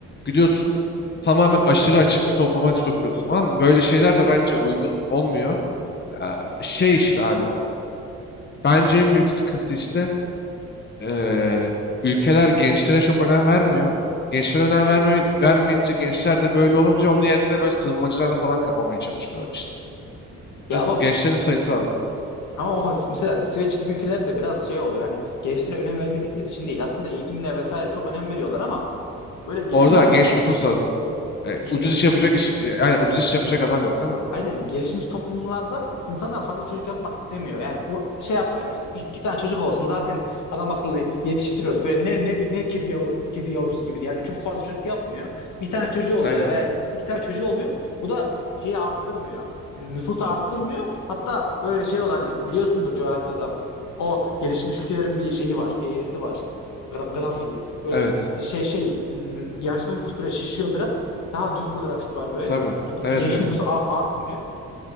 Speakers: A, on the left; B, on the left.
A: Gidiyorsun tamamen aşırı açık bir topluma sokuyorsun falan. Böyle şeyler de bence uygun olmuyor. Ee, şey işte abi. Bence en büyük sıkıntı işte ee, ülkeler gençlere çok önem vermiyor. Gençlere önem verme, vermeyince gençler de böyle olunca onun yerinde böyle sığınmacılarla falan kapamaya çalışıyorlar işte.
B: Ya
A: Nasıl?
B: ama
A: Gençlerin sayısı az.
B: Ama o has- mesela İsveç gibi ülkelerde biraz şey oluyor. Hani gençlere önem vermedikleri için değil. Aslında eğitimine vesaire çok önem veriyorlar ama böyle gelişmiş
A: Orada
B: toplum
A: genç nüfus az. E,
B: işte
A: ucuz iş yapacak iş, e, yani ucuz iş yapacak adam yok değil mi?
B: Aynen gelişmiş toplumlarda insanlar fazla çocuk yapmak istemiyor. Yani o şey yap ya işte i- iki tane çocuk olsun zaten adam akıllı yetiştiriyoruz. Böyle ne ne ne kedi yavru kedi yavrusu gibi yani çok fazla çocuk yapmıyor. Bir tane çocuğu oluyor
A: Aynen.
B: veya iki, iki tane çocuğu oluyor. Bu da şeyi arttırmıyor. Yani nüfusu arttırmıyor. Hatta böyle şey olan hani biliyorsundur coğrafyada o gelişmiş ülkelerin bir şeyi var, eğrisi var. Gra- grafiği. Böyle
A: Evet.
B: şey şey ım, yaşlı nüfus böyle şişiyor biraz. Daha düz bir grafik var böyle
A: Tabii.
B: ge-
A: Evet
B: genç
A: evet.
B: nüfus a- artmıyor.